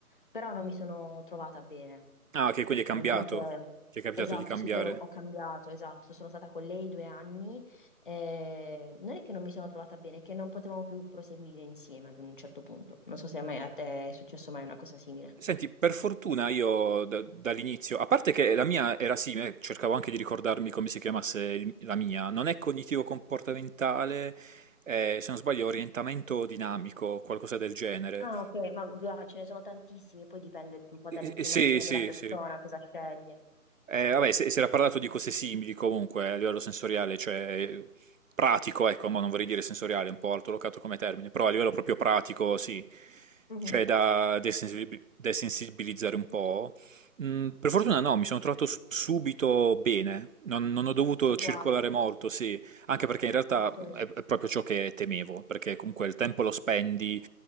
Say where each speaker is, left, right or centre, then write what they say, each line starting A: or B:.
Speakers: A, on the left; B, on the right.
A: però non mi sono trovata bene.
B: Ah, okay, quindi hai cambiato.
A: Non so se...
B: Ti è capitato
A: Esatto,
B: di cambiare.
A: sì, poi ho, ho cambiato, esatto. Sono stata con lei due anni. eh, non è che non mi sono trovata bene, è che non potevamo più proseguire insieme ad un certo punto. Non so se a me, a te è successo mai una cosa simile.
B: Senti, per fortuna io da- dall'inizio, a parte che la mia era simile, cercavo anche di ricordarmi come si chiamasse il- la mia, non è cognitivo-comportamentale, eh, se non sbaglio, orientamento dinamico, qualcosa del genere.
A: Ah, ok, ma guarda, ce ne sono tantissimi, poi dipende un po'
B: Eh,
A: dall'inclinazione
B: eh, sì, sì,
A: della persona,
B: sì.
A: cosa sceglie.
B: Eh, vabbè, se- si era parlato di cose simili comunque eh, a livello sensoriale, cioè pratico, ecco, ma non vorrei dire sensoriale, è un po' altolocato come termine, però a livello proprio pratico, sì,
A: Mhm.
B: cioè da desensibil- desensibilizzare un po'. Mm, per fortuna no, mi sono trovato s- subito bene, non, non ho dovuto
A: A tuo
B: circolare
A: agio.
B: molto, sì, anche perché in realtà
A: Ok,
B: è, è proprio ciò che temevo, perché comunque il tempo lo spendi